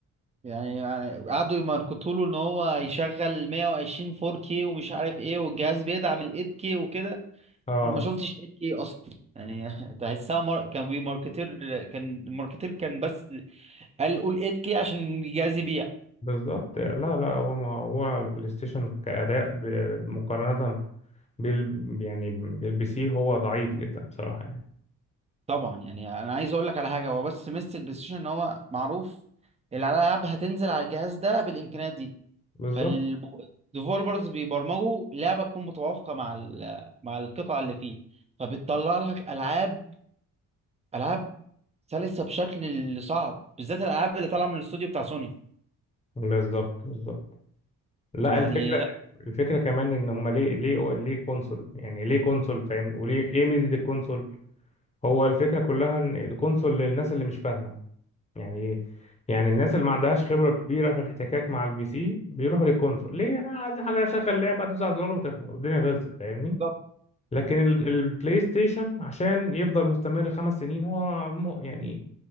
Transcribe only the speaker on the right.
يعني قعدوا يماركتوا له ان هو هيشغل 120 4K ومش عارف ايه والجهاز بيدعم ال 8K وكده
انا ما شفتش 8K اصلا يعني <laughs> تحسها مار... كان بيماركتير كان الماركتير كان بس قال قول 8K عشان الجهاز يبيع
طبعا يعني انا عايز اقول لك على حاجه هو بس ميزه البلاي ستيشن ان هو معروف الالعاب هتنزل على الجهاز ده بالامكانيات دي
فالديفولبرز بيبرمجوا لعبه تكون متوافقه مع ال- مع القطع اللي فيه فبتطلع لك العاب العاب سلسه بشكل صعب بالذات الالعاب اللي طالعه من الاستوديو بتاع سوني
يعني
لا
بالظبط.